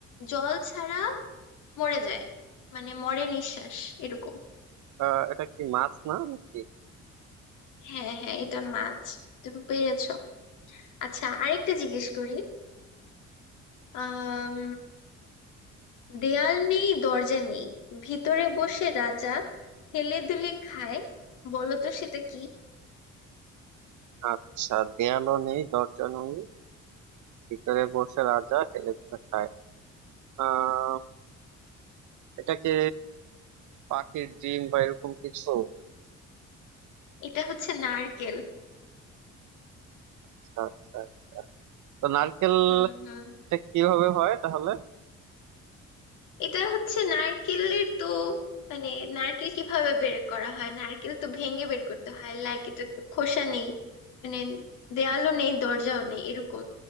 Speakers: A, on the left (about 85°); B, on the right (about 75°).
A: জল ছাড়া মরে যায় মানে মরে নিঃশ্বাস এরকম
B: আহ, এটা কি মাছ না নাকি
A: হ্যাঁ হ্যাঁ এটা মাছ তুমি পেরেছো আচ্ছা আরেকটা জিজ্ঞেস করি আম দেয়াল নেই দরজা নেই ভিতরে বসে রাজা হেলে দুলে খায় বলো তো সেটা কি
B: আচ্ছা দেয়ালও নেই দরজা নেই ভিতরে বসে রাজা হেলে দুলে খায় আহ এটা কি পাখির ডিম বা এরকম কিছু
A: এটা হচ্ছে নারকেল
B: আচ্ছা আচ্ছা আচ্ছা তো নারকেল
A: হুম হুম
B: এটা কিভাবে হয় তাহলে
A: এটা হচ্ছে নারকেলের তো মানে নারকেল কিভাবে বের করা হয় নারকেল তো ভেঙে বের করতে হয় লাইক এটা তো খোসা নেই মানে দেয়ালও নেই দরজাও নেই এরকম